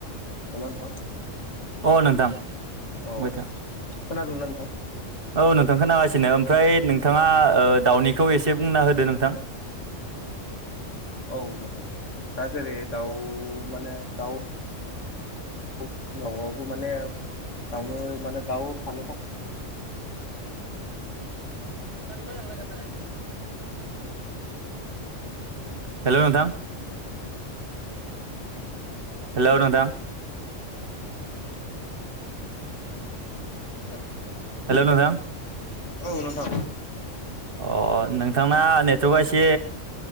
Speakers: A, on the left; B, on the right.
A: हेल नोंथां।
B: अ नोंथां
A: अ
B: बुंबायथा।
A: खोनादोंना नोंथां
B: औ नोंथांखौ नांगासिनो। ओमफ्राय नोंथाङा दाउनिखौ एसे बुंना होदो नोंथां।
A: औ नोंथां दा जेरै दाउ माने दाउ दाव फिसिनायावबो माने दाउनो माने दाउ थानो थाखाय
B: <unintelligible> हेल' नोंथां हेल' नोंथां।
A: <unintelligible>
B: हेल' नोथां।
A: औ नोंथां।
B: अ नोंथांना नेटवर्कआ एसे